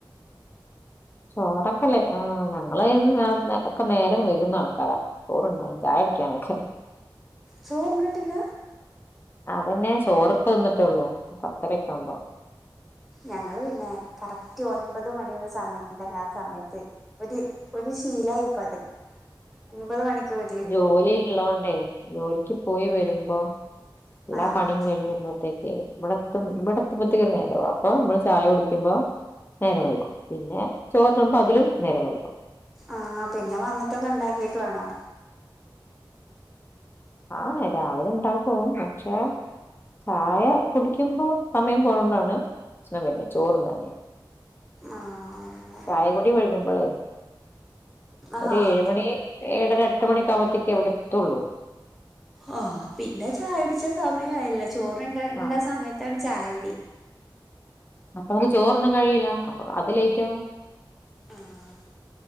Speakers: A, on the left; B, in the centre.
A: ചോറൊക്കെല്ലേ ആഹ് ഞങ്ങള് അയിന് നേർ ഒക്കെ നേരം വൈക്ന്ന ആൾക്കാരാ ചോറ് ഉണ്ണാനും ചായ കുടിക്ക്യാനൊക്കെ
B: ചോറ് ഉണ്ട്ട്ടില്ല
A: അതെന്നെ. ചോറ് ഇപ്പ തിന്ന്ട്ടൊള്ളൂ പത്തരൊക്കെ ആവുമ്പോ
B: ഞങ്ങള് പിന്നെ കറക്റ്റ് ഒൻപത് മണി ഇള്ള സമയം ഉണ്ടങ്കി ആ സമയത്ത് ഒരു ഒരു ശീലായിപ്പത് ഒൻപത് മണിക്ക് വെ
A: ജോലി ഇള്ളോണ്ടേ ജോലിക്ക് പോയി വരുമ്പോ എല്ലാ
B: ആഹ്
A: പണിയും കഴിഞ് വരുമ്പോത്തേ ഇവിടെത്തും. ഇവിടെ എത്തുമ്പത്തേക്കന്നെ നേരാവും അപ്പൊ നമ്മള് ചായ കുടിക്ക്യുമ്പ നേരം വഴ്കും. പിന്നെ ചോറ് തിന്നുമ്പ അതിലും നേരം വഴ്കും
B: ആഹ് പിന്നെ വന്നിട്ടൊക്കെ ഇണ്ടാക്കീട്ട് വേണോ?
A: ആഹ് രാവിലെ ഇണ്ടാക്കും പക്ഷെ ചായ കുടിക്കുമ്പോ സമയം പോണോണ്ടാണ് പ്രശ്നം വര്ന്. ചോറുണ്ണാന്
B: ആഹ്
A: ചായ കുടി വഴുകുമ്പളേ
B: ആഹ്
A: ഒരു ഏഴുമണി ഏഴര എട്ട് മണിഒക്കെ ആകുമ്പത്തേക്ക് അവിടെ എത്തൊള്ളൂ
B: ആഹ് പിന്നെ ചായ കുടിച്ചാൻ സമയായല്ല. ചോറ് ഇണ്ട് ഇണ്ട്സമയത്താണ്
A: ആഹ്
B: ചായുടി
A: അപ്പ നമുക്ക് ചോറൊന്നും കഴിയൂല. അപ്പൊ അത് ലേയ്റ്റ് ആവും.
B: ആഹ്